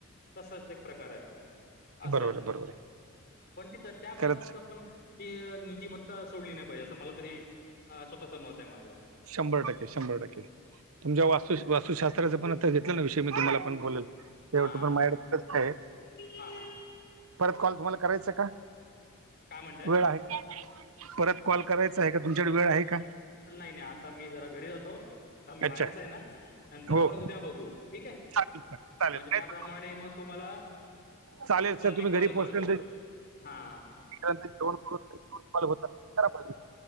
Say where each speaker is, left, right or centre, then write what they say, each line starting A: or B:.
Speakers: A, on the left; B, on the right.
A: तसाच एक प्रकार आहे. असं
B: बरोबर
A: आहे
B: बरोबर आहे
A: पण तिथं त्या बाबतीत
B: खरंच
A: आपण ती नित्तिमत्ता सोडली नाही पाहिजे असं मला तरी अ स्वतःच मत आहे माझं.
B: शंभर टक्के शंभर टक्के. तुमच्या वास्तु वास्तुशास्त्रचं पण आत्ता घेतलं ना विषय मी तुम्हाला पण बोलेल. शेवटचं
A: हां
B: पण माझ्याकडं सष्ट आहे.
A: हां हां
B: परत कॉल तुम्हाला करायचं का
A: काय म्हणताय
B: वेळ आहे. परत कॉल करायचा आहे का तुमच्याकडे वेळ आहे का?
A: नाही नाही आता मी जरा घरी जातो. आता म बाहेरच
B: अच्छा
A: आहे ना नंतर
B: हो
A: आपण उद्या बघू ठीक आहे
B: चालेल चालेल
A: म्हणजे
B: नाही
A: त्याप्रमा
B: तर
A: म आणि मग तुम्हाला
B: चालेल
A: तुम्हाला
B: सर
A: मी
B: तुम्ही घरी
A: कॉल
B: पोहोचल्यानंतर
A: करतो हा.
B: <unintelligible>